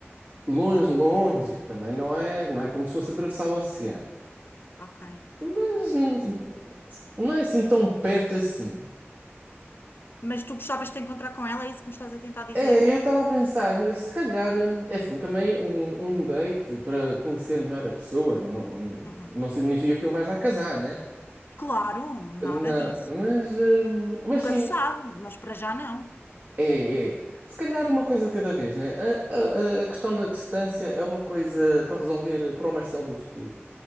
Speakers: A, on the right (about 45°); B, on the left (about 50°).
A: longe, longe. Também não é, não é como se fosse atravessar o oceano.
B: ok.
A: Mas n- não é assim tão perto assim.
B: Mas tu gostavas de te encontrar com ela, é isso que me estás a tentar dizer?
A: É, eu estava a pensar, eh, se calhar, hum, é assim, também um, um date para conhecer melhor a pessoa não,
B: Uhum.
A: não significa que ele vai já casar, né?
B: Claro,
A: Na,
B: nada disso.
A: mas, hum, mas
B: Nunca
A: sim,
B: se sabe, mas para já não.
A: É, é. Se calhar uma coisa de cada vez, né? A, a- a- a questão da distância é uma coisa para resolver para o Marcelo do futuro.